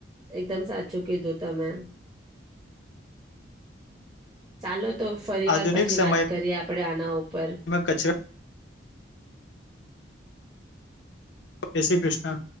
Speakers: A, on the right; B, on the left.
A: એકદમ સાચું કીધું તમે ચાલો તો ફરી વાર
B: આધુનિક
A: પછી
B: સમયમાં
A: વાત કરીએ આપણેે આના ઉપર <inaudible>
B: કચરા જય શ્રી કૃષ્ણ